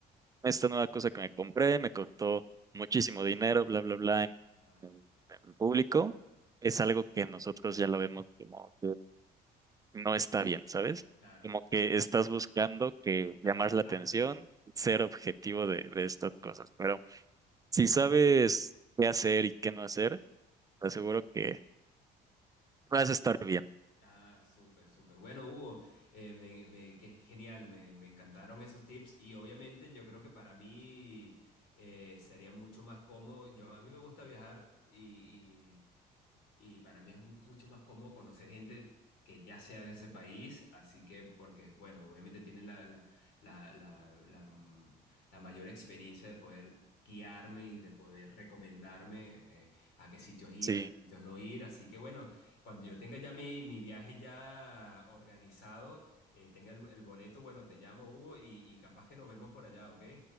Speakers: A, on the right; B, on the left.
A: esta nueva cosa que me compré, me costó muchísimo dinero, bla, bla, bla, en
B: Ajá,
A: en- en público, es algo que nosotros ya lo vemos como... no está bien, ¿sabes?
B: claro.
A: Como que estás buscando que
B: gasté
A: llamar
B: el
A: la
B: tanto,
A: atención,
B: claro.
A: ser objetivo de, de estas cosas. Pero si sabes qué hacer y qué no hacer, te aseguro que vas a estar bien.
B: Ah, súper, súper. Bueno, Hugo, eh, me, me- qué genial, me, me encantaron esos tips y obviamente yo creo que para mí eh, sería mucho más cómodo. Yo, a mí me gusta viajar y, y, y para mí es mu- mucho más cómodo conocer gente que ya sea de ese país, así que porque, bueno, obviamente tienen la, la, la, la, la, mm, la mayor experiencia de poder guiarme y de poder recomendarme eh, a qué sitios ir,
A: Sí,
B: a qué sitios no ir, así que bueno. Cuando yo tenga ya mi, mi viaje ya organizado, eh, tenga el, el boleto, bueno, te llamo, Hugo, y, y capaz que nos vemos por allá, ¿ok?